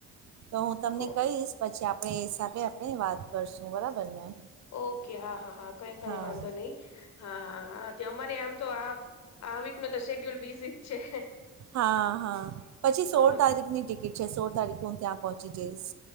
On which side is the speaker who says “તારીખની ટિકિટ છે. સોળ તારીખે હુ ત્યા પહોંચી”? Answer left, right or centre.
Right